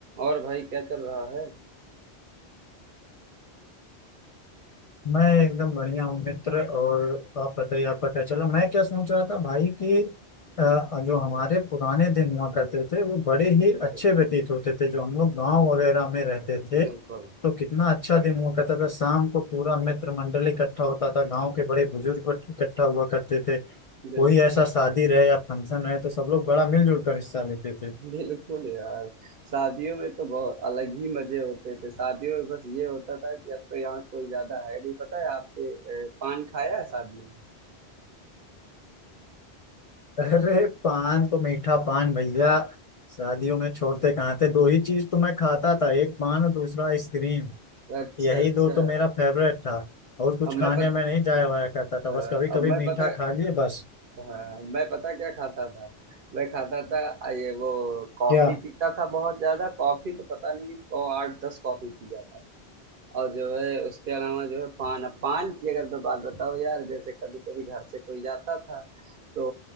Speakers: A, on the right; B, on the left.
A: और भाई क्या चल रहा है
B: मैं एकदम बढ़िया हूँ मित्र और आप बताइए आपका क्या चला मैं क्या सोच रहा था भाई कि अ, जो हमारे पुराने दिन हुआ करते थे वो बड़े
A: बिल्कुल
B: ही अच्छे व्यतीत होते थे जो हम लोग गांव वगैरह में रहते थे
A: बिल्कुल
B: तो कितना अच्छा दिन हुआ करता था शाम को पूरा मित्र मंडल इकट्ठा होता था गांव के बड़े बुजुर्ग इकट्ठा हुआ करते थे
A: बिल्कुल
B: कोई ऐसा शादी रहे या फंक्शन रहे तो सब लोग बड़ा मिलजुल कर हिस्सा लेते थे
A: बिल्कुल यार शादियों में तो बहुत अलग ही मजे होते थे शादियों में बस ये होता था कि अब तो यहाँ कोई ज्यादा है नहीं पता है आपने अ, पान खाया है शादियों में
B: अरे पान तो मीठा पान भैया शादियों में छोड़ते कहाँ थे दो ही चीज तो मैं खाता था एक पान और दूसरा आइसक्रीम
A: अच्छा
B: यही
A: अच्छा
B: दो तो मेरा फेवरेट था और कुछ
A: अब
B: खाने
A: मैं पत,
B: में नहीं जाया वाया करता था
A: अ,
B: बस कभी कभी
A: अब मैं
B: मीठा
A: पता
B: खा लिए बस
A: हाँ मैं पता क्या खाता था मैं खाता था अ, ये वो कॉफी
B: क्या
A: पीता था बहुत ज्यादा कॉफी तो पता नहीं और आठ दस कॉफी पी जाता और जो है उसके अलावा जो है पान अब पान की अगर मैं बात बताऊँ यार जैसे कभी कभी घर से कोई जाता था तो